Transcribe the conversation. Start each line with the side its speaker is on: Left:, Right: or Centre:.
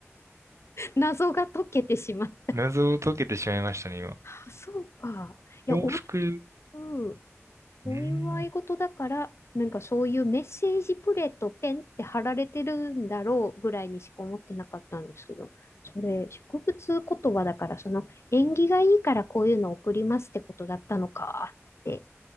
Left: 謎が解けてしまう。
Right: 謎を解けてしまいましたね、今。
Left: あそうか。いや、
Right: 幸福。
Left: お、うんお祝い事だから、
Right: うーん。
Left: なんかそういうメッセージプレートペンって貼られてるんだろうぐらいにしか思ってなかったんですけど、それ植物言葉だから、その縁起がいいからこういうの送りますってことだったのかって、